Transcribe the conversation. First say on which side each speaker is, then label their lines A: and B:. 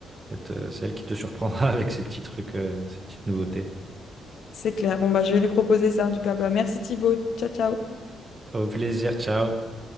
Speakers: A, on the right; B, on the left.
A: elle te- c'est elle qui te surprendra <laughs> avec ses petits trucs, euh, ses petites nouveautés.
B: C'est clair. Bon, bah, je vais lui proposer ça en tout cas. Bah, merci Thibaut. Ciao, ciao.
A: Au plaisir, ciao.